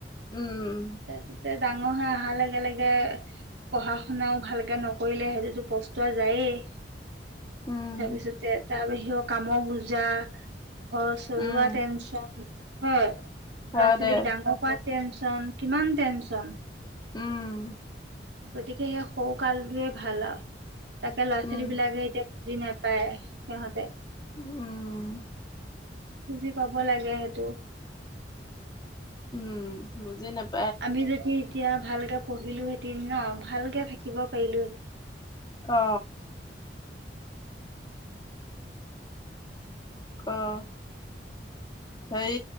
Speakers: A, on the left; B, on the right.
A: উম
B: ত। ডাঙৰ হৈ অহাৰ লগে লগে পঢ়া শুনাও ভালকে নকৰিলে সেইটোতো পস্তুৱ যায়েই।
A: উম
B: তাৰপিছতে তাৰ বাহিৰে কামৰ বুজা। ঘৰ চলোৱা
A: উম
B: টেনচন। হয়
A: হয়
B: ল'ৰা ছোৱালীক
A: দে
B: ডাঙৰ কৰাত টেনচন কিমান টেনচন।
A: উম।
B: গতিকে সেই সৌকালটোৱে ভাল আও। তাকে ল'ৰা ছোৱালী
A: উম
B: বিলাকে এতিয়া বুজি নাপায় সিহঁতে
A: উম।
B: বুজি পাব লাগে সেইটো।
A: উম বুজি নাপায়।
B: আমি যদি এতিয়া ভালকে পঢ়িলো হেটিন ন ভালকে থাকিব পাৰিলো
A: অ। আহ সেই